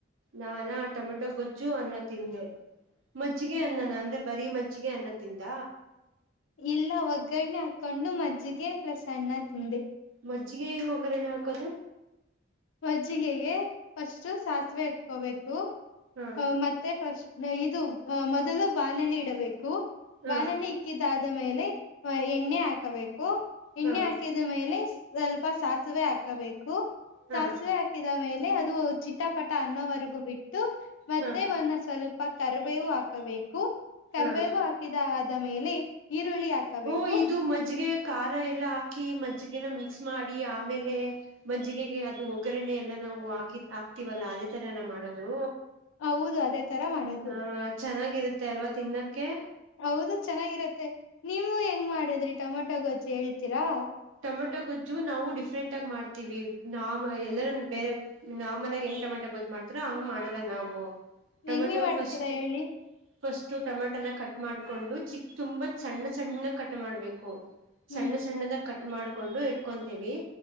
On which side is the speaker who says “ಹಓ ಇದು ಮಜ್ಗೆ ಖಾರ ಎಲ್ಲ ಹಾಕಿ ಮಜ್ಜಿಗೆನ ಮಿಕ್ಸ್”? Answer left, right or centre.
Right